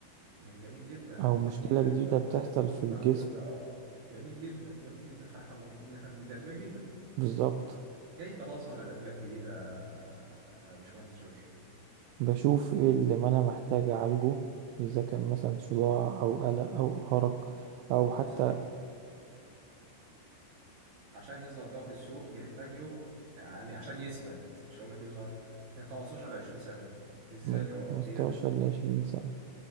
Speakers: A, on the right (about 60°); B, on the right (about 85°).
A: مم. جميل جدا
B: أو مشكلة
A: جميل جدا
B: جديدة
A: السؤال
B: بتحصل
A: ده مم.
B: في الجسم
A: ما هو اه جميل جدا جميل جدا فاحنا المفروض ان احنا بندي ادويه جديده
B: بالظبط
A: كيف تظهر الادويه الجديده آه، يا باشمهندس جورج
B: بشوف ايه اللي ما أنا محتاج أعالجه إذا كان مثلا صداع أو قلق أو أرق أو
A: بص
B: حتى
A: يا سيدي عشان يظهر دواء في السوق بيحتاج له يعني عشان يثبت مش هقول لك يظهر من 15 ل 20 سنة ازاي
B: من
A: الحوارات
B: خمستاشر
A: ديت
B: لعشرين سنة